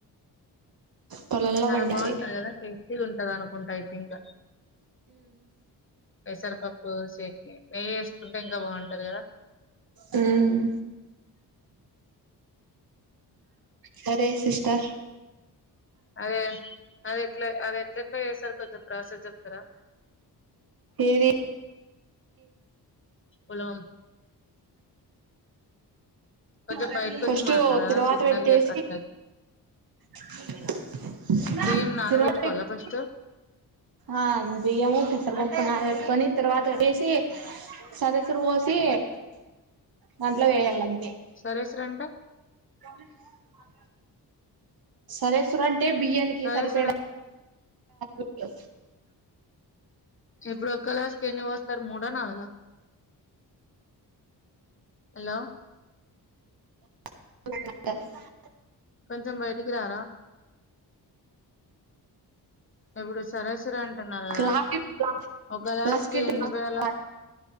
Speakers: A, on the right; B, on the left.
A: పొలంలో
B: చాలా
A: పండేవి
B: బాగుంటంది కదా టేస్టీ ఉంటది అనుకుంటా అయితే పింకా పసర్ పప్పు సేట్ నెయ్య వేస్ కుంటే ఇంకా బాగుంటాది కదా
A: మ్మ్ సరే సిస్టర్
B: అదే అది ఎట్లో అదే ఎట్లోఎట్లో చేస్తారు కొంచెం ప్రాసెస్ చెప్తారా
A: ఏది
B: ఓలం కొంచెం
A: వాళ్లకి
B: బయటకు
A: ఫస్ట్
B: వచ్చి మాట్లాడారా
A: తిరువాత
B: సిగ్నల్
A: పెట్టేసి
B: లేక కట్ అయి
A: <inaudible> <unintelligible>
B: బియ్యం నానబెట్టుకోవాలా
A: తిరువాత్ తిరువాత
B: ఫస్ట్
A: పెటి ఆ బియ్యము పెసర పప్పు నానపెట్టుకొని తిరువాత పేట్టేసి సరేసురు పోసి దాంట్లో వెయ్యాల అం
B: సరేసురు అంటే
A: కంప్లీట్ కాని మాట్ల సరేసురు అంటే బియ్యానికి
B: సరే
A: సరిపేడా
B: సార్
A: ఇంట్లో
B: ఇప్పుడు ఒక గ్లాస్కి ఎన్ని పోస్తారు మూడనాలుగా ఆ
A: క <unintelligible> <inaudible>
B: కొంచెం బయటికిరారా ఇప్పుడు సరే సరే అంటున్నారు కదా
A: లాకెట్ లా
B: ఒక గ్లాస్
A: లస్కిటోలాగా
B: కి ఎన్ని పోయాలా
A: అన్నమాట